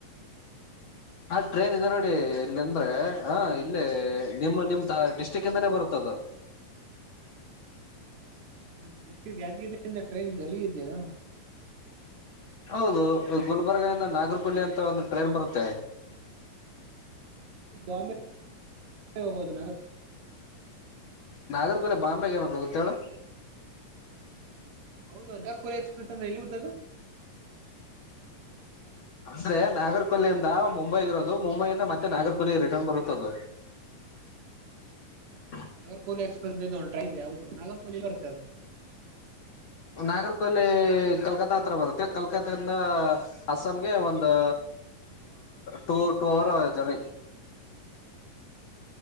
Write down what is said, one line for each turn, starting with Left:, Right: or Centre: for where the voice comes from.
Left: ಹ ಟ್ರೈನ್ ಇದೆ ನೋಡಿ ಇಲ್ಲಿ ಅಂದ್ರೆ ಹ ಇಲ್ಲಿ ನಿಮ್ಮ ನಿಮ್ ಡಿಸ್ಟ್ರಿಕ್ ಇಂದಾನೇ ಬರುತ್ತದೆ ಮದ
Right: ನಮ್ದ ಡಿಸ್ಟ್ರಿಕ್ಟ್ ಯಾದಗಿರಿಯಿಂದ ಟ್ರೈನ್ ಇದೆ ಅಲ್ಲಿ ಇದೆಯಾ
Left: ಹೌದು ಗುಲ್ಬರ್ಗ ಇಂದ ನಾಗರ್ಕಲ್ಲಿ ಅಂತ ಒಂದು ಟ್ರೈನ್ ಬರುತ್ತೆ
Right: ಬಾಂಬೆ ಹೋಗೋದು ನ
Left: ನಾಗರ್ಕೋಲೆ ಬಾಂಬೆ ಏನಕ್ಕ ಗೊತ್ತೇಳ
Right: ಹೌದು ನರ್ಪುರ್ ಎಕ್ಸ್ಪ್ರೆಸ್ ಅಂದ್ರೆ ಇಲ್ಲಿ ಹತ್ತ ಅದು
Left: ಅಂದ್ರೆ ನಾಗರ್ಕಲ್ಲಿಯಿಂದ ಮುಂಬೈಗ ಇರೋದು ಮುಂಬೈಯಿಂದ ಮತ್ತೆ ನಾಗರ್ಕೊಲ್ಲಿ ರಿಟರ್ನ್ ಬರುತ್ತದು ಯ
Right: ನಾಗರಕೋಲಿ ಎಕ್ಸ್ಪಸ್ಂಟ್ರ ಇದೆ ಹದು ನಾಗರಕೋಲಿ ಬರುತ್ತೆ ಅದು
Left: ನಾಗರ್ ಕೊಹ್ಲಿ ಕಲ್ಕತ್ತಾ ಹತ್ರ ಬರುತ್ತೆ ಕಲ್ಕತಿಂದ ಅಸ್ಸಾಂಗೆ ಒಂದು ಟ ಟೂ ಆರ ಜ